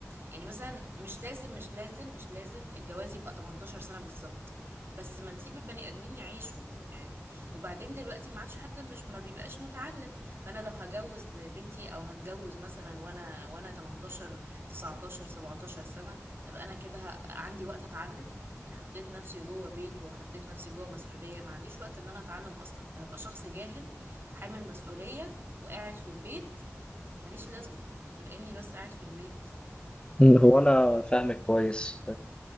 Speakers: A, on the right; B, on the left.
A: يعني مثلا مش لازم مش لازم مش لازم الجواز يبقى 18 سنة بالظبط بس ما نسيب البني ادمين يعيشوا يعني وبعدين دلوقتي ما عادش حد مش ما بيبقاش متعلم فانا لو هجوز بنتي او هتجوز مثلا وانا وانا 18 19 17 سنة ابقى انا كده ه- عندي وقت اتعلم حطيت نفسي جوه بيت وحطيت نفسي جوه مسؤولية ما عنديش وقت ان انا اتعلم اصلا فهبقى شخص جاهل حامل مسؤولية وقاعد في البيت ماليش لازمة غير اني بس قاعد في البيت
B: م. هو أنا فاهمك كويس